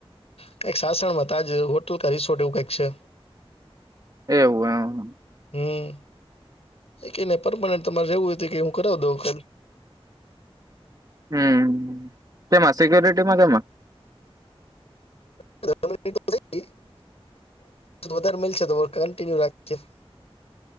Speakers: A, on the left (about 85°); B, on the right (about 35°).
A: કાંઈક શાસણમાં તાજ તુલ કાં રિસોર્ટ કે એવું કંઈક છે.
B: એવું એમ હ.
A: હમ કે ન પરમાનન્ટ તમારે રહેવું હોય કે હું કરાઈ દઉં કાલ.
B: હમ કેમાં સિક્યુરિટીમાં કેમાં?
A: <unintelligible> વધારે મલશે તો કન્ટિન્યુ રાખયે.